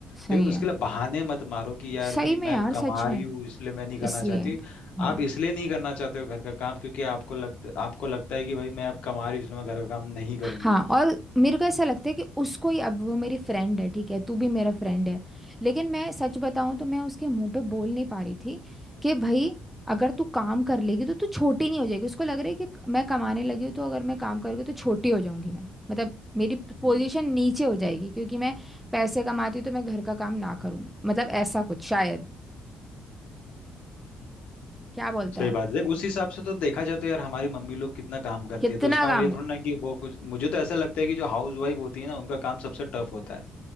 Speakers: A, in the centre; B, on the left (about 60°).
A: सही
B: लेकिन उसके
A: है
B: लिए बहाने मत मारो कि यार
A: सही
B: कि
A: में
B: मैं
A: यार
B: कमा
A: सच में
B: रही हूँ इसलिए मैं नहीं करना
A: इसलिए
B: चाहती
A: हाँ
B: आप इसलिए नहीं करना चाहते हो घर का काम क्योंकि आपको लगता आपको लगता है कि भाई मैं अब कमा रही हूँ इसलिए मैं घर का काम नहीं करूंगी
A: हाँ और मेरे को ऐसा लगता है कि उसको ही अब वो मेरी फ्रेंड है ठीक है तू भी मेरा फ्रेंड है लेकिन मैं सच बताऊं तो मैं उसके मुंह पे बोल नहीं पा रही थी कि भाई अगर तू काम कर
B: हम्म।
A: लेगी तो तू छोटी नहीं हो जाएगी उसको लग रहा है कि मैं कमाने लगी हूँ तो अगर मैं काम करूँगी तो छोटी हो जाऊंगी मैं मतलब मेरी
B: हम्म
A: पोजीशन नीचे हो जाएगी क्योंकि मैं पैसे कमाती हूँ तो मैं घर का काम ना
B: हम्म।
A: करूँ मतलब ऐसा कुछ शायद क्या बोलता
B: सही
A: है
B: बात है देख उस हिसाब से तो देखा जाए तो यार हमारी मम्मी लोग कितना काम करती
A: कितना
B: है तो इसका मतलब
A: काम
B: ये थोड़ा ना कि वो कुछ मुझे तो ऐसा लगता है कि जो हाउस वाइफ होती है ना उनका काम सबसे टफ होता है